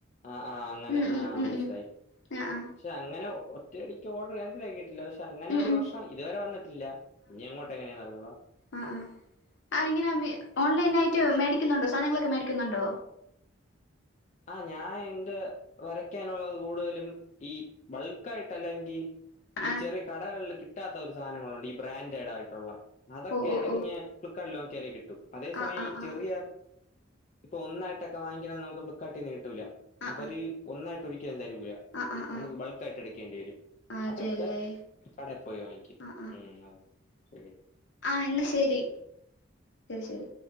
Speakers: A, on the left (about 35°); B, on the left (about 65°).
A: ആഹ് ആഹ് അങ്ങനെ
B: ഉം ഉം
A: ആഹ്
B: ഉം
A: മനസിലായി
B: ഉം ആ ആ
A: പക്ഷെ അങ്ങനെ ഒറ്റയടിക്ക് ഓർഡർ ക്യാൻസലാക്കിയിട്ടില്ല അങ്ങനെ
B: ഉം
A: ഒരു
B: ഉം
A: പ്രശ്നം ഇതുവരെ വന്നിട്ടില്ല ഇനി അങ്ങോട്ട് എങ്ങനെയാ അറിഞ്ഞൂടാ
B: ആഹ്ആഹ് ആ എങ്ങനെ ഓൺലൈൻ ആയിട്ട് മേടിക്കുന്നുണ്ടോ സാധനങ്ങളൊക്കെ മേടിക്കുന്നുണ്ടോ
A: ആ ഞാൻ എന്റെ വരയ്ക്കാനുള്ളത് കൂടുതലും ഈ ബൾക്കആയിട്ട് അല്ലെങ്കി ഈ
B: ആഹ്
A: ചെറിയ കടകളിൽ കിട്ടാത്ത ഒരു സാധനങ്ങളുണ്ട് ഈ ബ്രാൻഡഡ് ആയിട്ടുള്ള അതൊക്കെയാണെങ്കിൽ
B: ഓഹ് ഓഹ് ഓഹ്
A: ഞാൻ ഫ്ലിപ്കാർട്ടിൽ നോക്കിയലേ കിട്ടു അതേ സമയം
B: ആഹ് ആഹ്
A: ഈ
B: ആഹ്
A: ചെറിയ ഇപ്പൊ ഒന്നായിട്ടൊക്കെ വാങ്ങിക്കണ നമുക്ക് ഫ്ലി പ്കാട്ടിന്ന് കിട്ടൂല
B: ആഹ്
A: അവര് ഒന്നായിട്ട് ഒരിക്കലും തരൂല്ല
B: ആഹ് ആഹ്
A: നമുക്ക്
B: ആഹ്
A: ബൾക്ക് ആയിട്ട് എടുക്കേണ്ടി വരും
B: ആഹ് അതെല്ലേ
A: അതൊക്കെ കടേ പോയി വാങ്ങിക്കും
B: ആഹ് ആഹ്
A: ഉ അത ശെരി
B: ആഹ് എന്നാ ശെരി ശെരി